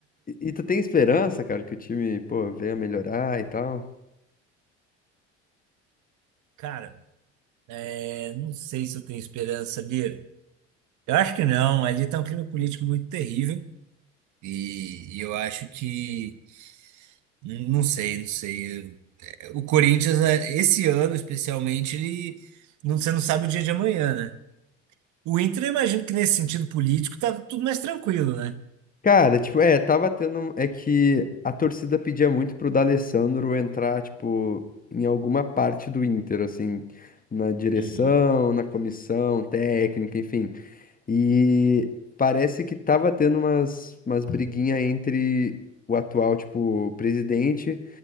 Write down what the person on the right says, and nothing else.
cara, é, não sei se eu tenho esperança, sabia? Eu acho que não, ali tá um clima político muito terrível. E, e eu acho que, não não sei, não sei. O Corinthians, é, esse ano especialmente, ele, não, você não sabe o dia de amanhã, né? O Inter, eu imagino que nesse sentido político tá tudo mais tranquilo, né?
E